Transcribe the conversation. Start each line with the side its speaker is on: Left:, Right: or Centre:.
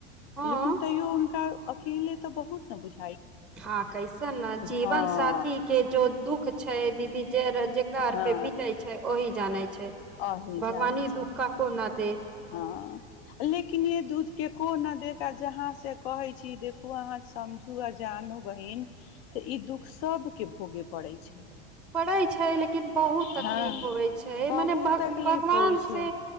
Centre: हँ
Left: लेकिन तैयो हुनकर पीे त बहुत ने बझै
Centre: हँ कैसने जीवन
Left: हँ
Centre: साथी के जो दुःख छै दीदी। जे जेकरा आर
Left: हँ
Centre: पे बिते छै ओहि जाने छै।
Left: अही जानै
Centre: भगवान ई
Left: छै
Centre: दुःख क को न दैय।
Left: हँ लेकिन य दूध केको न दे आ जहाँ से कहै छी कि देखू अहाँ समझू आ जानू बहिन तऽ इ दुख सब के भोगे पड़ै छै
Centre: पड़ै छै लेकिन बहुत तकलीफ
Left: हँ
Centre: होइ छै
Left: बहुत
Centre: मने भग
Left: तकलीफ
Centre: भगवान
Left: होइ
Centre: से
Left: छै